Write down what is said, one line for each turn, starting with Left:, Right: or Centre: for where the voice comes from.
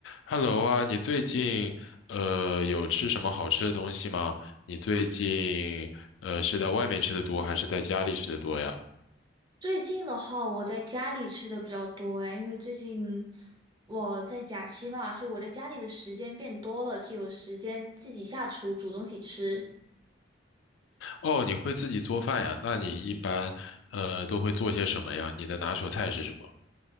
Left: Hello 啊，你最近呃有吃什么好吃的东西吗？你最近呃是在外面吃的多还是在家里吃的多呀？
Right: 最近的话，我在家里吃的比较多哎，因为最近我在假期嘛，就我在家里的时间变多了，就有时间自己下厨煮东西吃。
Left: 哦，你会自己做饭呀？那你一般呃都会做些什么呀？你的拿手菜是什么？